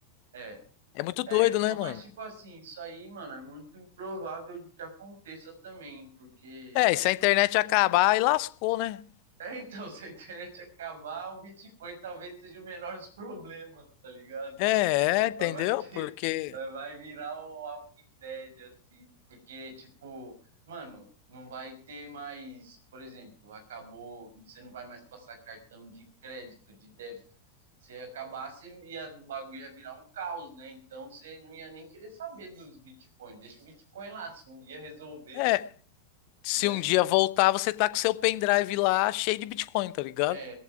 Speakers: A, on the right; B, on the left.
A: é.
B: É muito doido,
A: É, então,
B: né, mano?
A: mas tipo assim, isso aí, mano, é muito improvável de que aconteça também, porque
B: É,
A: é
B: e se a internet acabar, aí lascou, né?
A: <laughs> É, então, se a internet acabar, o Bitcoin talvez seja o menor dos problemas, tá ligado?
B: É, é, entendeu?
A: Mas vai ter,
B: Porque
A: mas vai virar o Walking Dead, assim, porque, tipo, mano, não vai ter mais, por exemplo, acabou, você não vai mais passar cartão de crédito, de débito. Se acabasse, ia, o bagulho ia virar um caos, né? Então você não ia nem querer saber dos Bitcoin. Deixa o Bitcoin lá, se um dia resolver,
B: é, se
A: né?
B: um dia voltar, você tá com seu pendrive lá cheio de Bitcoin, tá ligado?
A: É,